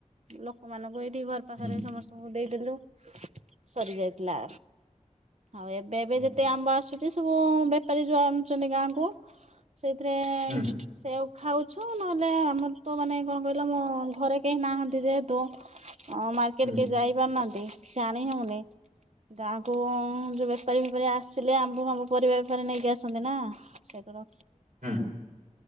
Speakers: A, on the right (about 60°); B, on the right (about 80°).
A: ଲୋକମାନଙ୍କ ଏଠି ଘର ପାଖରେ
B: ହୁଁ
A: ସମସ୍ତଙ୍କୁ ଦେଇଦେଲୁ ସରି ଯାଇଥିଲା। ଆଉ ଏବେ ଏବେ
B: ହୁଁ
A: ଯେତେ ଆମ୍ବ ଆସୁଛି ସବୁ ବେପାରୀ ଯୋଉ ଆଣୁଛନ୍ତି ଗାଁ କୁ। ସେଇଥିରେ
B: ହୁଁ
A: ସେଓ। ଖାଉଚୁ ନହେଲେ ଆମର ତ ମାନେ କଣ କହିଲ ମୋ ଘରେ କେହି ନାହାନ୍ତି ଯେହେତୁ ହଁ ମାର୍କେଟ
B: ହୁଁ
A: କିଏ ଯାଇ ପାରୁନାହାନ୍ତି, କିଛି ଆଣି ହୋଉନି, ଗାଁ ଆମ୍ବ ଯେଉଁ ବେପାରୀ ଫେପାରୀ ଆସିଲେ ଆମ୍ବ ଫମ୍ବ ପରିବା ବେପାରୀ ନେଇକି ଆସନ୍ତି ନା ସେଗୁଡ଼ା
B: ହୁଁ